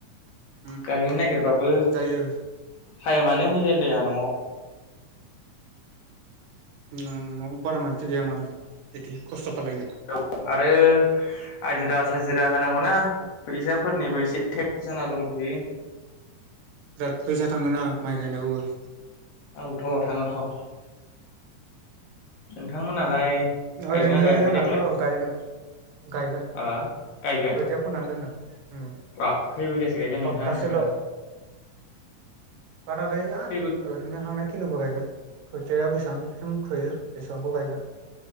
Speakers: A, on the right; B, on the left.
A: उम
B: गायनो नागिरबाबो।
A: जायो
B: टायेमानो मिलायलाया न'आव
A: ओं नफोराव मानसि गैया माने एदिनो खस्थ' खालायनो
B: औ आरो आजिरा साजिरा होनांगौना फैसाफोरनिबो एसे टेक जाना दंथ'यो
A: बिराद फैसा थांगोना माइ गायनायावबो
B: औथ' थाङोथ' नोंथांमोनालाय गायदोंना
A: ओरैनो
B: गायाखै
A: जोंनाथ'
B: देग्लाय
A: गायगोन गायगोन खोथिया
B: हो गायगोन
A: फोनानै दोनदों ओम
B: अ खै बिगासो गायगोन
A: सप्तासेल'
B: नोंथां नोंसिना
A: बारा गाया जोंहा
B: खै बि
A: ओरैनो हांनाय खिनिखौ गायगोन खोथिया बेबांसिम थोयो बेसेबांखौ गायगोन